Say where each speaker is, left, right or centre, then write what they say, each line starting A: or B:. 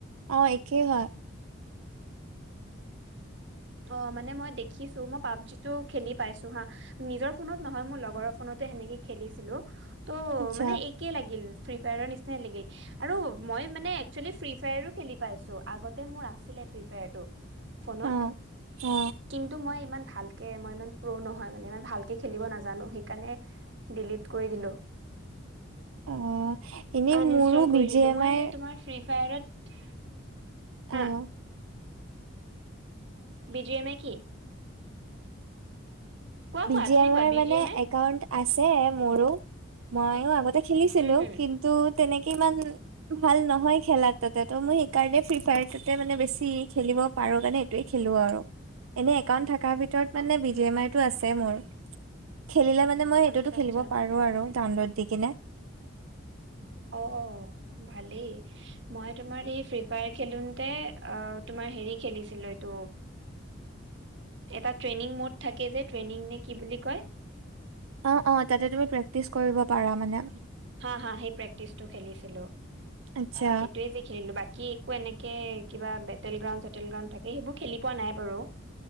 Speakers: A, on the right; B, on the right.
A: অ একেই হয়।
B: অ মানে মই দেখিছোঁ মই পাবজিটো খেলি পাইছোঁ হা নিজৰ ফোনত নহয় মোৰ লগৰৰ ফোনত। তে সেনেকে খেলিছিলোঁ ত'
A: আচ্ছা
B: মানে একে লাগিল। ফ্ৰী ফায়াৰৰ নিচিনাই লাগিল আৰু মই মানে এক্সলি ফ্ৰী ফায়াৰো খেলি পাইছোঁ আগতে মোৰ আছিলে। হে ফ্ৰী ফায়াৰটো ফোনত
A: অ অ
B: কিন্তু মই ইমান। ভালকে মই ইমান প্ৰো নহয় মানে ইমান ভালকে খেলিব নাজানোঁ সেইকাৰণে ডিলিট কৰি দিলোঁ।
A: অ এনেই
B: আন
A: মোৰো
B: ইনষ্টল
A: বি
B: কৰি
A: জি
B: দিলোঁ
A: এম
B: মই
A: আইৰ
B: এ তোমাৰ ফ্ৰী ফায়াৰত হা
A: আহ
B: বিজি এমে কি? কোৱা
A: বি
B: কোৱা
A: জি
B: তুমি
A: এমাইৰ
B: কোৱা বি
A: মানে
B: জি এম আই
A: একাউন্ট আছে মোৰো মইও আগতে খেলিছিলোঁ
B: উম হুম
A: কিন্তু তেনেক ইমান ভাল নহয় খেলা তাতে ত মই সেইকাৰণে ফ্ৰী ফায়াৰ টোতে মানে বেছি খেলিব পা পাৰোঁ কাৰনে এইটোৱে খেলোঁ আৰু এনে একাউণ্ট থাক কা ভিতৰত মানে
B: অ
A: বিজি এম আই টো আছে মোৰ খেলিলে মানে মই সেইটোতো
B: আচ্ছা
A: খেলিব
B: আচ্ছা
A: পাৰোঁ আৰু। ডাউনলোড দি কেনে
B: অ অ ভালেই মই তোমাৰ এই ফ্ৰী ফায়াৰ খেলোনতে অ তোমাৰ তোমাৰ হেৰি খেলিছিলো এইটো এটা ট্ৰেইনিং মোড থাকে যে ট্ৰেইনিং নে কি বুলি কয়
A: অ অ তাতে তুমি প্ৰেক্টিচ কৰিব পাৰা মানে।
B: হাঁ হাঁ সেই প্ৰেক্টিচটো খেলিছিলো
A: আচ্ছা
B: সেইটোয়ে যি খেলিলো বাক কি একো এনেকে কিবা বেটেল গ্ৰাউণ্ড চেটেল গ্ৰাউণ্ড থাকে সেইবোৰ খেলি পোৱা নাই বাৰু।